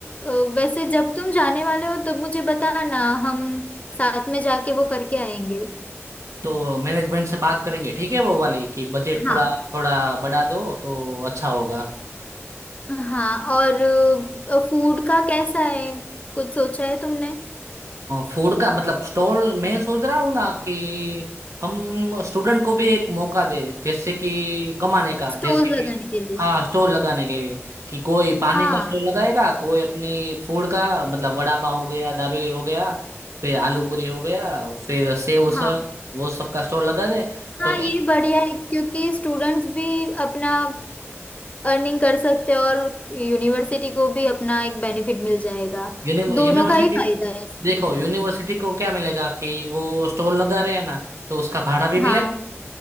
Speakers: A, on the left; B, on the right.
A: अ, वैसे जब तुम जाने वाले हो तब मुझे बताना हम साथ में जाके वो करके आएंगे
B: तो मैनेजमेंट से बात करेंगे ठीक है वो वाली कि बजट
A: हाँ
B: थोड़ा थोड़ा बढ़ा दो तो अच्छा होगा
A: हाँ और फूड का कैसा है कुछ सोचा है तुमने
B: फूड का मतलब स्टॉल मैं सोच रहा हूँ ना कि हम स्टूडेंट को भी एक मौका दे जैसे कि कमाने का
A: स्टोर्स
B: जैसे कि
A: लगाने के लिए
B: हाँ स्टॉल लगाने के लिए कि कोई पानी
A: हाँ
B: का स्टॉल लगाएगा कोई अपनी फूड का मतलब वड़ा पाव हो गया दाबेली हो गया फिर आलू पूरी हो गया फिर सेव उसल
A: हाँ
B: वो सब का स्टॉल लगा दे
A: हाँ
B: तो क्या
A: ये बढ़िया है क्योंकि स्टूडेंट्स भी अपना अर्निंग कर सकते हैं और यूनिवर्सिटी को भी अपना एक बेनिफिट मिल जाएगा
B: यूनिवर्सिटी
A: दोनों का ही फायदा है इसमें
B: देखो यूनिवर्सिटी को क्या मिलेगा कि वो स्टॉल लगा रहे हैं ना तो उसका भाड़ा भी
A: हाँ
B: मिलेगा